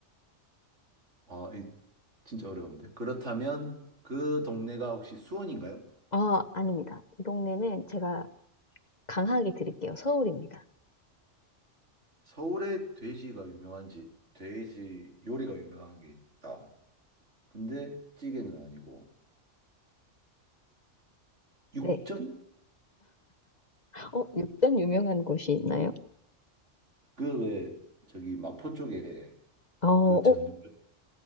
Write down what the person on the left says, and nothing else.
아, 아닙니다. 이 동네는 제가 강하게 드릴게요. 서울입니다.
네. 어, 육전 유명한 곳이 있나요?
어, 어,